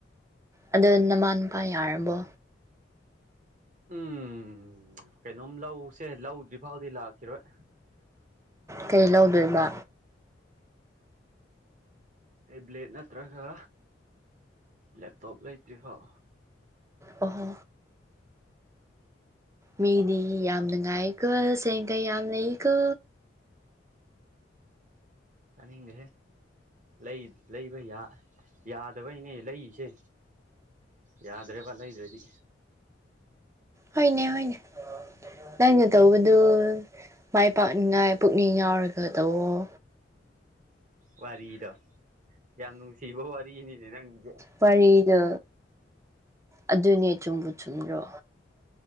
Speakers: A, on the right; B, on the right.
A: ꯑꯗꯣ ꯅꯃꯥ ꯅꯨꯨꯄꯥ ꯌꯥꯔꯕꯣ
B: ꯎꯝ ꯀꯩꯅꯣꯝ ꯂꯧꯁꯦ ꯂꯧꯗ꯭ꯔꯤ ꯐꯥꯎꯗꯤ ꯂꯥꯛꯈꯤꯔꯣꯏ
A: ꯀꯩ ꯂꯧꯗꯣꯏꯕ
B: ꯇꯦꯕ꯭ꯂꯦꯠ ꯅꯠꯇ꯭ꯔꯒ ꯂꯦꯞꯇꯣꯞ ꯂꯩꯇ꯭ꯔꯤꯐꯥꯎ
A: ꯑꯣ ꯍꯣ ꯃꯦꯗꯤ ꯌꯥꯝꯅꯅꯨꯡꯉꯥꯏꯀꯣ ꯁꯦꯡꯀ ꯌꯥꯝ ꯂꯩꯀꯣ
B: ꯇꯥꯅꯤꯡꯗꯦ ꯂꯩ ꯂꯩꯕ ꯌꯥ ꯌꯥꯗꯕꯩꯅꯦ ꯂꯩꯔꯤꯁꯦ ꯌꯥꯗ꯭ꯔꯦꯕ ꯂꯩꯗ꯭ꯔꯗꯤ
A: ꯍꯣꯏꯅꯦ ꯍꯣꯏꯅꯦ ꯅꯪꯅ ꯇꯧꯕꯗꯨ ꯃꯥꯏ ꯄꯥꯛꯅꯤꯡꯉꯥꯏ ꯄꯨꯛꯅꯤꯡ ꯌꯥꯎꯔꯒ ꯇꯧꯑꯣ
B: ꯋꯥꯔꯤꯗꯣ ꯌꯥꯝ ꯅꯨꯡꯁꯤꯕ ꯋꯥꯔꯤꯅꯤꯅꯦ ꯅꯪꯒꯤꯁꯦ
A: ꯋꯥꯔꯤꯗꯣ ꯑꯗꯨꯅꯦ ꯆꯨꯝꯕꯨ ꯆꯨꯝꯗ꯭ꯔꯣ